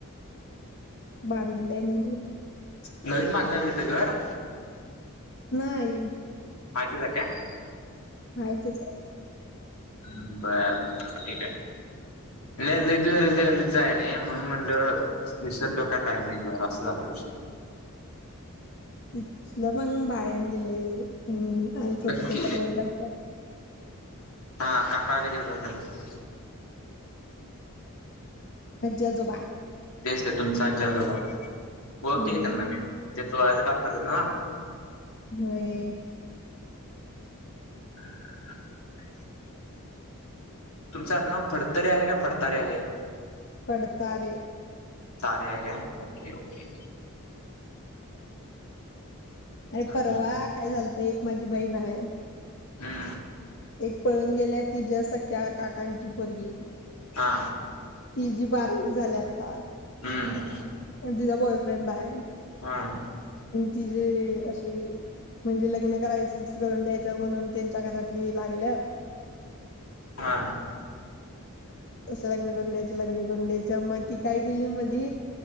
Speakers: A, on the left; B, on the left.
A: बांधले म्हणजे.
B: नवीन बांधलाय काय तिथे घर.
A: नाही.
B: हाय तिथेच आहे काय.
A: हाय तेच आहे.
B: हम् बरर ठीक आहे ल झा गल्लीच जाय नाही. म्हणून म्हणलं विसर लो का काय नाही असा झाला विषय.
A: इथलं पण भाड्याने दिलय पण आई थोरलं
B: नक्की
A: पप्पा तेवढं राहत्यात.
B: हा काका <unintelligible>
A: आजी आजोबा.
B: तेच ते तुमचे आजी आजोबा. हो
A: हम्म
B: त्यांना म आ <unintelligible> <unintelligible> हा
A: होय
B: <inaudible> तुमचं नाव फडतरे आहे, का फडतारे आहे.
A: पडतारे
B: तारे हाय काय ओके ओके
A: अरे
B: हम्म
A: परवा काय झाचालतय माझी बहीण आहे.
B: हम्म
A: एक पळून गेल्या ति ज्या सख्या काकांची पोरगी
B: हा
A: ति जी बारावी झाली आता
B: हम्म
A: तिचा बॉयफ्रेंड आहे.
B: हा.
A: ति जे अ म्हणजे लग्न करायच करून द्यायच म्हणून त्यांच्या घरातली लागल्यात.
B: हा.
A: त लग्न करं द्याच लग्न कं द्याच मग ती काय केेली, मधी